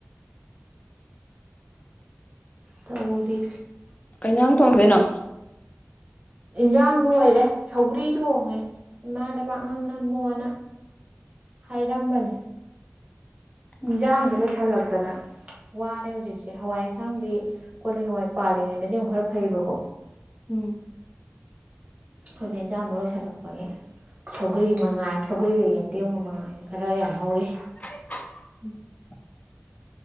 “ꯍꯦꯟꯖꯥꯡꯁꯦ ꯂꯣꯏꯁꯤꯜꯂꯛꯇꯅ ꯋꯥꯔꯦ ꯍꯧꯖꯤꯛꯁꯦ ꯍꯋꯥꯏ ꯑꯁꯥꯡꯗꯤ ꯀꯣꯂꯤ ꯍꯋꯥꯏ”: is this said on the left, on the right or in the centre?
Right